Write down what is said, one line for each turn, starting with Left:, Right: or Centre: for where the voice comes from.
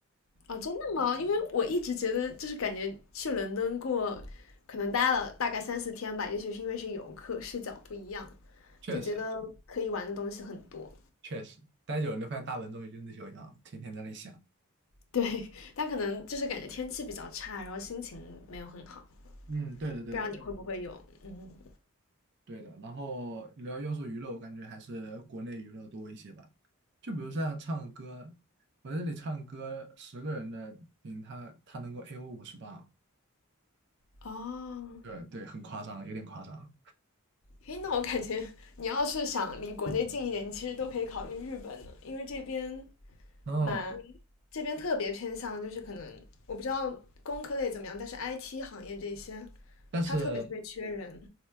Left: 啊，真的吗？因为我一直觉得，就是感觉去伦敦过，可能待了大概三四天吧，也许是因为是游客，视角不一样，
Right: 确实
Left: 就觉得可以玩的东西很多。
Right: 确实，待久了你就发现大本钟也就那修养，天天在那里想。
Left: 对，<laughs> 但可能就是感觉天气比较差，然后心情没有很好。
Right: 嗯，对的，对的。
Left: 不知道你会不会有？嗯，
Right: 对的，然后聊要秀娱乐，我感觉还是国内娱乐多一些吧。就比如像唱歌，我在这里唱歌，十个人的顶他他能够 A 我五十磅，
Left: 哦，
Right: 对对，很夸张，有点夸张。
Left: 嘿，那我感觉你要是想离国内近一点，你其实都可以考虑日本呢，因为这边
Right: 哦，
Left: 蛮这边特别偏向，就是可能我不知道工科类怎么样，但是 IT 行业这些，
Right: 但是
Left: 它特别特别缺人。